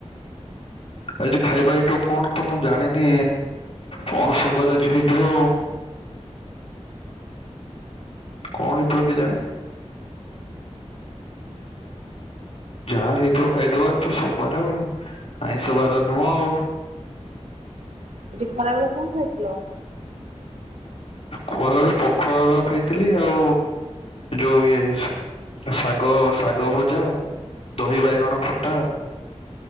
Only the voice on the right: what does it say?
ଆଜି ଖରାବେଳେ କଣ ଖାଇଥିଲ?